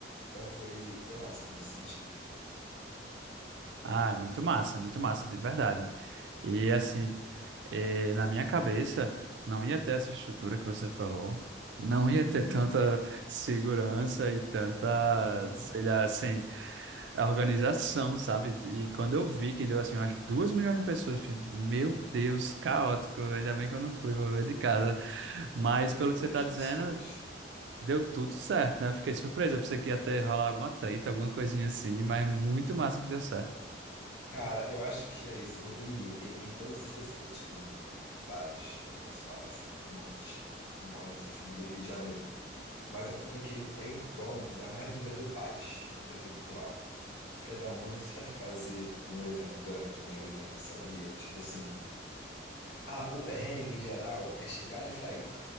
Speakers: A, on the left (about 70°); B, on the right (about 75°).
A: Então foi, foi massa nesse sentido.
B: Ah, muito massa, muito massa, de verdade. E assim. E na minha cabeça, não ia ter essa estrutura que você falou, não ia
A: Uhum,
B: ter tanta segurança e tanta,
A: uhum.
B: sei lá, assim, organização, sabe? E quando eu vi que deu, assim, umas duas milhões de pessoas, eu falei, meu Deus, caótico, ainda bem que eu não fui, vou ver de casa. Mas,
A: Duas
B: pelo
A: milhões
B: que você tá
A: de
B: dizendo,
A: pessoas.
B: deu tudo certo, né? Eu Fiquei surpreso, eu pensei que ia ter rolar alguma treta, alguma coisinha assim, mas muito massa que deu certo.
A: Cara, eu acho que é isso. O Rio, ele tem todos os defeitos do mundo. Vários. Eu posso falar assim, um monte. Enquanto filho do Rio de Janeiro. Mas a coisa que ele tem, bom, ainda mais o Eduardo Paes, o prefeito atual. O filho da mãe sabe fazer um evento grande, um mega evento, sabia? Tipo assim. Ah, o perrengue em geral é chegar e sair.